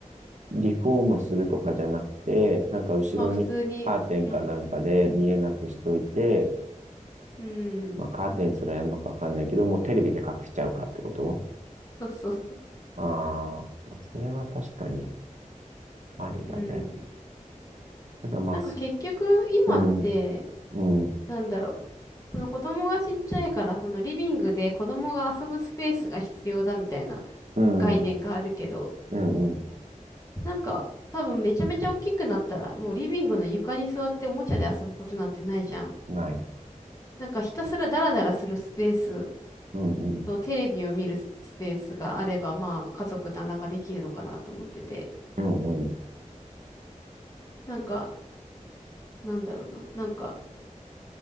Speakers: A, on the right; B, on the left.
A: リフォームするとかじゃなくて、なんか後ろにカーテンかなんかで見えなくしといて、
B: まあ普通に、うん、うん、
A: まあカーテンすらやるのかわかんないけど、もうテレビで隠しちゃうかってこと
B: そうそうそう。
A: ああ、まあそれは確かにありだね。
B: うん。
A: ただまあ、
B: なんか結局今って、
A: すうん、うん、
B: なんだろう。その子供がちっちゃいから、そのリビングで子供が遊ぶスペースが必要だみたいな
A: うん、
B: 概念があるけど、
A: うん、う
B: なんか多分めちゃめちゃ大きくなったら、もうリビングの床に座っておもちゃで遊ぶことなんてないじゃん。
A: ん、ない。
B: なんかひたすらダラダラするスペース
A: うん、うん、
B: と、テレビを見るスペースがあれば、まあ、家族団らんができるのかなと思ってて、
A: うん、うん。
B: なんか、なんだろうな、なんか、